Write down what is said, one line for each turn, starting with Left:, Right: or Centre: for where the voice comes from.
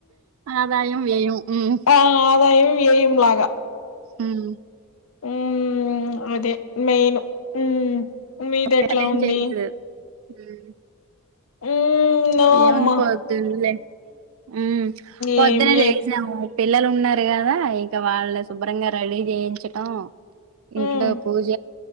Right: ఆదాయం వ్యయం ఉమ్,
Left: ఆ అదాయం వ్యయం లాగా
Right: ఉమ్
Left: ఉమ్ అదే మెయిను ఉమ్ మీదెట్లా
Right: అసలు ఏం
Left: ఉంది
Right: చేయలేదు ఉమ్
Left: ఉమ్, నో
Right: ఏముంది
Left: అమ్మా
Right: పొద్దున్నే ఉమ్ పొద్దునే
Left: ఏం లేదు
Right: లేసాము పిల్లలు ఉన్నారు కదా ఇంక వాళ్ళని శుభ్రంగా రెడీ చేయించటం ఇంట్లో
Left: ఉమ్.
Right: పూజ